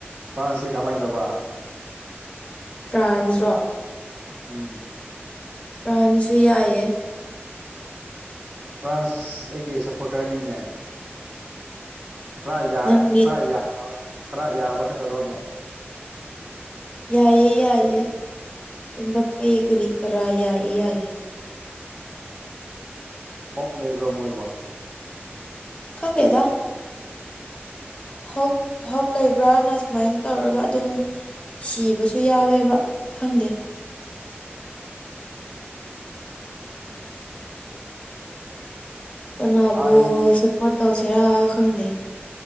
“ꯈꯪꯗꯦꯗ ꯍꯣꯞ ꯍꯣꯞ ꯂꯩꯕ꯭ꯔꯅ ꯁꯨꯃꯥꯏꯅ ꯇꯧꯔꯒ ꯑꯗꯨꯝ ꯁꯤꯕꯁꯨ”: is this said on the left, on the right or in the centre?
Left